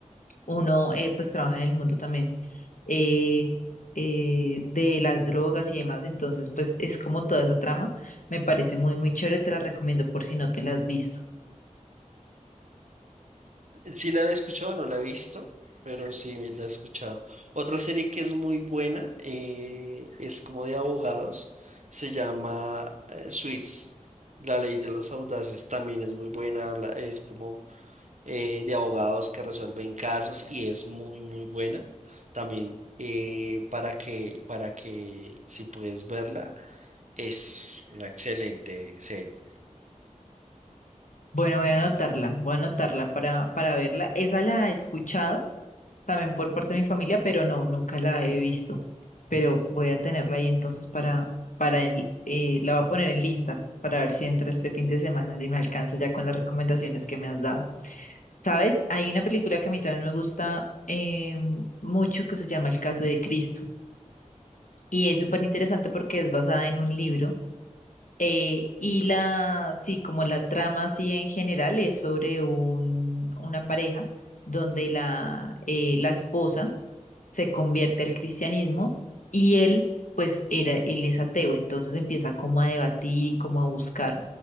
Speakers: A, on the left; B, on the right.
A: uno eh, pues trabaja en el mundo también eh, eh, de las drogas y demás, entonces pues es como toda esa trama, me parece muy, muy chévere, te la recomiendo por si no te la has visto.
B: Sí la había escuchado, no la he visto, pero sí la he escuchado. Otra serie que es muy buena eh, es como de abogados, se llama eh, Suits, La Ley de los Audaces, también es muy buena, habla- es como eh, de abogados que resuelven casos y es muy, muy buena. También eh, para que, para que si puedes verla, es una excelente serie.
A: Bueno, voy a anotarla, voy a anotarla para, para verla. Esa la he escuchado también por parte de mi familia, pero no, nunca la he visto. Pero voy a tenerla ahí entonces para, para en- eh, la voy a poner en lista para ver si entra este fin de semana y me alcanza ya con las recomendaciones que me has dado. ¿Sabes? Hay una película que a mí también me gusta eh, mucho que se llama El caso de Cristo. Y es súper interesante porque es basada en un libro eh, y la, sí, como la trama así en general es sobre un, una pareja donde la, eh, la esposa se convierte al cristianismo y él, pues era, él es ateo, entonces empieza como a debatir y como a buscar